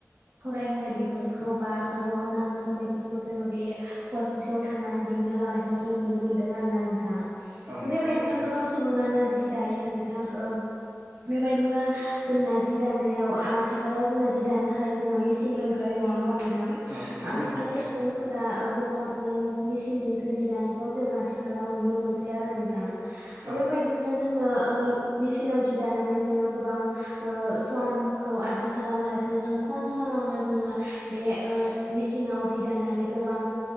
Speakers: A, on the right; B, on the right.
A: फरायहोनाय बेफोरखौ बा गावबा गाव नांगौ जानायफोरखौ जोङो बे खवाल खुसेयाव थानानै दिहुननो लानायखौ जों जों नुनो मोनदों आरो ना नोंथां
B: औ नंगौ
A: बेबायदिनो
B: थारैनो
A: गोबां सुबंआनो जि दायो नों थां बेबायदिनो जोंना जि दानायाव आथिखालाव जोंना जि दानो थाखाय जोंना मेसिनबो ओंखारबाय नङा होमबा नों थां
B: औ नंगौ
A: आथिखालनि
B: नोंथां थारैनो
A: सुबुंफोरा ओ गोबां ओ मेसिनजोंसो जि दानायखौ जोङो आथिखालाव नुनो मोनसै आरो नोंथां
B: औ
A: बेबायदिनो जोङो ओ मेचिनाव जि दानानै जोङो गोबां ओ समखौ आद्रि खालामाला लासे जों खम समावनो जोङो बे ओ मिसिङाव जि दानानै गोबां